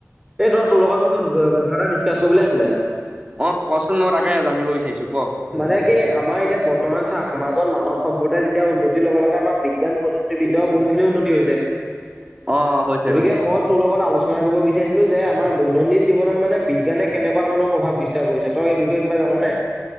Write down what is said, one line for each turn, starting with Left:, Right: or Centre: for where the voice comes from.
Centre: এই ত তোৰ লগত মোৰ কথা এটা ডিছকাছ কৰিবলৈ আছিলে।
Right: অ কচোন মই তাকে জানিব বিচাৰিছো ক
Centre: মানে কি আমাৰ এতিয়া বৰ্তমান চা অসমত মাজত মানৱ সভ্যতা যেতিয়া উন্নতিৰ লগে আমাৰ বিজ্ঞান প্ৰযুক্তিবিদ্যাও বহুতখিনি উন্নতি হৈছে।
Right: অ হৈছে
Centre: গতিকে
Right: হৈছে।
Centre: মই তোৰ লগত আলোচনা কৰিব বিচাৰিছোঁ যে আমাৰ দৈনন্দিন জীৱনত মানে বিজ্ঞানে কেনেকুৱা ধৰণৰ প্ৰভাৱ বিস্তাৰ কৰিছে তই এই বিষয়ে কিবা জাননে?